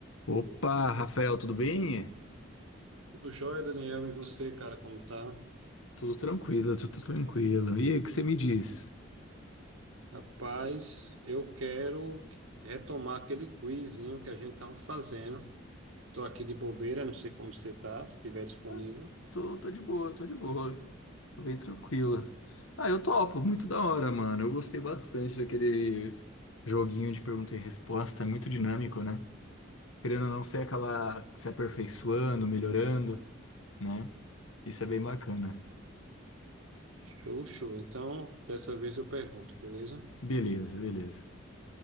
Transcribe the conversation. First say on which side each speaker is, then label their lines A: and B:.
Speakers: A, on the left (about 85°); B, on the right (about 85°).
A: Opa, Rafael, tudo bem?
B: Tudo jóia, Daniel, e você, cara, como tá?
A: Tudo tranquilo, tudo tranquilo. E aí, o que você me diz?
B: Rapaz, eu quero retomar aquele quizinho que a gente tava fazendo. Tô aqui de bobeira, não sei como você tá, se estiver disponível.
A: Ah, Tô, tô de boa, tô de boa. Tô bem tranquila. Ah, eu topo, muito da hora, mano. Eu gostei bastante daquele joguinho de pergunta e resposta, é muito dinâmico, né? Querendo ou não, você acaba se aperfeiçoando, melhorando, né? Isso é bem bacana.
B: Show, show. Então, dessa vez eu pergunto, beleza?
A: Beleza, beleza.